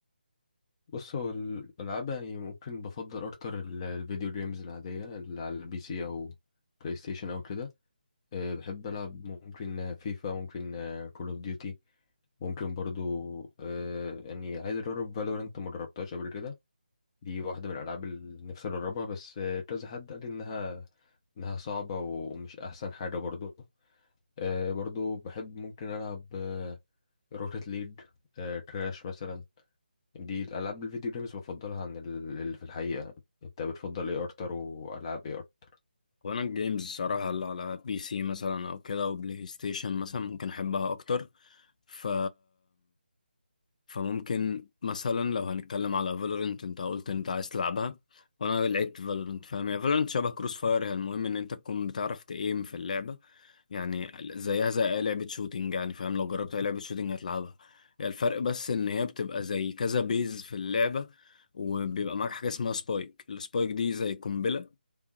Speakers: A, on the left; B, on the left.
A: بص هو الالعاب يعني ممكن بفضل اكتر ال- الفيديو جيمز العاديه اللي على البي سي او بلاي ستيشن او كده أه بحب العب ممكن فيفا ممكن كول اوف ديوتي ممكن برضو أه يعني عايز اجرب فالورنت ما جربتهاش قبل كده دي واحده من الالعاب اللي نفسي اجربها بس آه، كذا حد قال لي انها انها صعبه ومش احسن حاجه برضو أه برضو بحب ممكن العب روكيت ليج كراش مثلا دي الالعاب الفيديو جيمز بفضلها عن ال- اللي في الحقيقه انت بتفضل ايه اكتر والعاب ايه اكتر
B: وانا الجيمز الصراحة اللي على بي سي مثلا او كده او بلاي ستيشن مثلا ممكن احبها اكتر ف فممكن مثلا لو هنتكلم على فالورنت انت قلت انت عايز تلعبها وانا لعبت فالورنت فاهم هي فالورنت شبه كروس فاير هي المهم ان انت تكون بتعرف تايم في اللعبه يعني زيها زي اي لعبه شوتينج يعني فاهم لو جربت اي لعبه شوتينج هتلعبها يعني الفرق بس ان هي بتبقى زي كذا بيز في اللعبه وبيبقى معاك حاجه اسمها سبايك السبايك دي زي قنبله